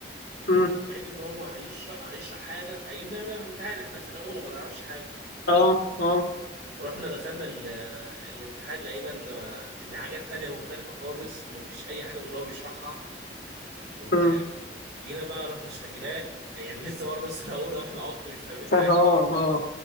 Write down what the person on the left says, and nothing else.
مم.
اه اه
مم.
اه اه